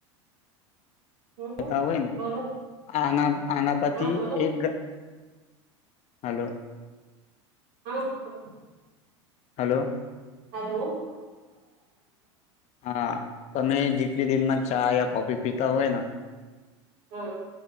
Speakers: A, on the right (about 60°); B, on the left (about 45°).
A: હમ
B: બતા
A: હમ
B: હોય ને
A: બોલો
B: આના આના પથી
A: હા બોલો
B: એક હાલો
A: હા હા
B: હાલો
A: હાલો
B: હા તમે જેટલી દિનમાં ચા યા કોફી પી તવેના
A: હમ